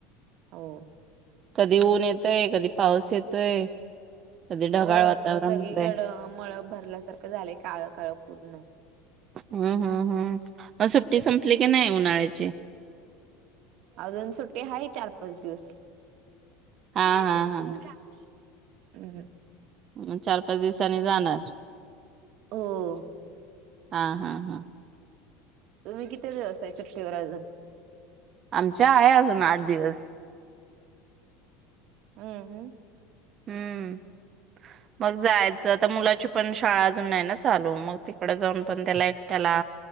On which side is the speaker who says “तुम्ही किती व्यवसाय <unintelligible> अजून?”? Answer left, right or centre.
Right